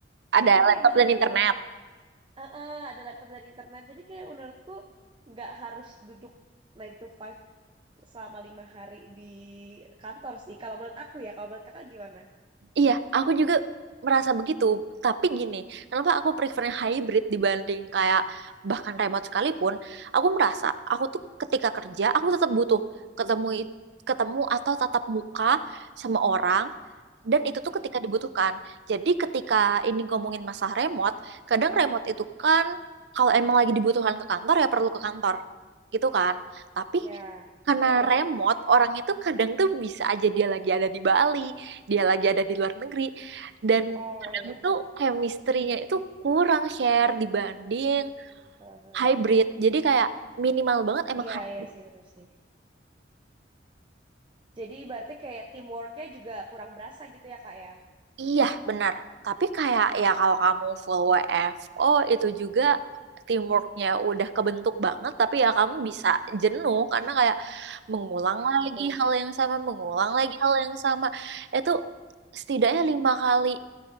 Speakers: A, on the right (about 65°); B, on the right (about 30°).
A: ada
B: Jadi kayak
A: laptop
B: menurutku
A: dan internet.
B: eh, eh, ada laptop dan internet. Jadi kayak menurutku nggak harus duduk nine to five selama lima hari di kantor sih. Kalau menurut aku ya, kalau menurut Kakak gimana?
A: Iya, aku juga merasa begitu. Tapi gini, kenapa aku prefernya hybrid dibanding kayak bahkan remote sekalipun? Aku merasa aku tuh ketika kerja aku tetap butuh ketemu it- ketemu atau tatap muka sama orang Dan itu tuh
B: Hmm.
A: ketika dibutuhkan. Jadi ketika ini ngomongin masalah remote, kadang remote itu kan kalau emang lagi dibutuhkan ke kantor ya perlu ke kantor. Gitu kan. Tapi
B: Ya,
A: karena
B: heeh.
A: remote, orang itu kadang tuh bisa aja dia lagi ada di Bali, dia lagi ada di luar negeri. Dan
B: Oh
A: kadang
B: ya sih.
A: tuh chemistry-nya itu kurang share dibanding
B: Iya, heeh.
A: hybrid. Jadi kayak minimal banget emang
B: Iya,
A: hybrid
B: iya sih benar sih. Jadi berarti kayak teamworknya juga kurang berasa gitu ya Kak ya?
A: Iya, benar. Tapi kayak ya kalau kamu full WFO itu juga teamworknya udah kebentuk banget, tapi ya kamu bisa jenuh karena kayak mengulang
B: Iya,
A: lagi
B: betul.
A: hal yang sama, mengulang lagi hal yang sama. Itu setidaknya lima kali